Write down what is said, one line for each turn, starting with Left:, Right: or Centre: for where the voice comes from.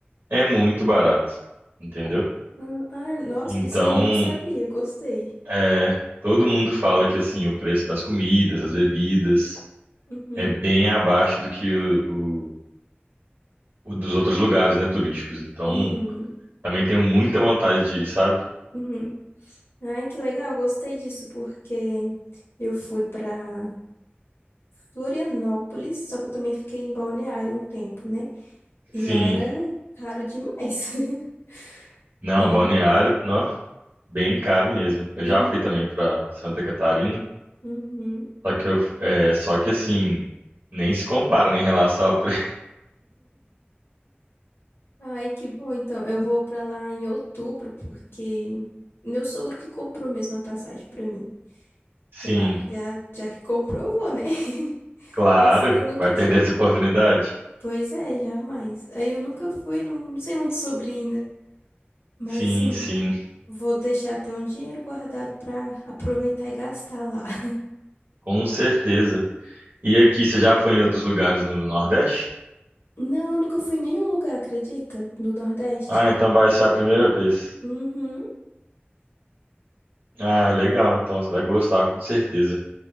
Right: é muito barato, entendeu?
Left: Uhum. Ah, nossa,
Right: Então,
Left: isso eu não sabia. Gostei.
Right: é, todo mundo fala que assim o preço das comidas, das bebidas
Left: Uhum.
Right: é bem abaixo do que o, o- o dos outros lugares, né, turísticos. Então,
Left: Uhum.
Right: também tenho muita vontade de ir, sabe?
Left: Uhum. Ai, que legal, gostei disso, porque eu fui para Florianópolis, só que eu também fiquei em Balneário um tempo, né?
Right: Sim.
Left: E lá era caro demais. <laughs>
Right: Não,
Left: É.
Right: Balneário, não, bem caro mesmo. Eu
Left: Hum,
Right: já fui também para Santa Catarina,
Left: uhum.
Right: só que eu, é, só que assim, nem se compara né, em relação a pre-
Left: Ai, que bom, então. Eu vou para lá em outubro, porque meu sogro que comprou mesmo a passagem para mim.
Right: <laughs> Sim,
Left: Sei lá, já, já que comprou, eu vou, né? <laughs>
Right: claro,
Left: Mas eu nunca
Right: vai
Left: tinha.
Right: perder essa oportunidade.
Left: Pois é, jamais. Aí eu nunca fui, não, não sei muito sobre ainda. Mas
Right: Sim,
Left: assim,
Right: sim,
Left: Vou deixar até um dinheiro guardado pra aproveitar e gastar lá. <laughs>
Right: com certeza. E aqui, você já foi em outros lugares no Nordeste?
Left: Não, eu nunca fui em nenhum lugar, acredita? Do Nordeste?
Right: Ah, então vai ser a primeira vez.
Left: Uhum.
Right: Ah, legal, então você vai gostar, com certeza.